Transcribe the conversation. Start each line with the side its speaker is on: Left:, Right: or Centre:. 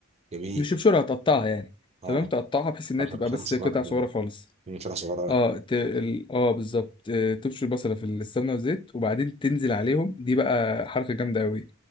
Right: جميل
Left: مش تبشرها هتقطعها يعني
Right: اه
Left: تمام تقطعها بحيث انها تبقى
Right: شرح شرح
Left: بس
Right: صغير
Left: قطع صغيره
Right: كده بقى.
Left: خالص
Right: مم، شرح صغير
Left: اه ت... ال- اه بالظبط آه، تبشر البصله في السمنه والزيت وبعدين تنزل عليهم دي بقى حركه جامده قوي